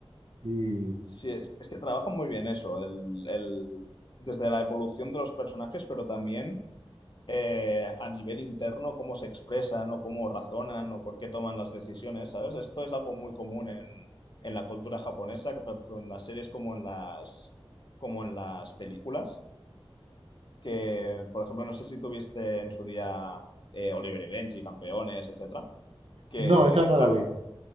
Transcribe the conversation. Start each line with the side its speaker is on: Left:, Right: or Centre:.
Right: Y
Left: Sí, es, es que trabajan muy bien eso, el, el- desde la evolución de los personajes, pero también eh, a nivel interno cómo se expresan o cómo razonan o por qué toman las decisiones, ¿sabes? Esto es algo muy común en, en la cultura japonesa, que tanto en las series como en las, como en las películas, que, por ejemplo, no sé si tuviste en su día eh, Oliver y Benji, Campeones, etcétera, que,
Right: no, esa no
Left: claro,
Right: la vi.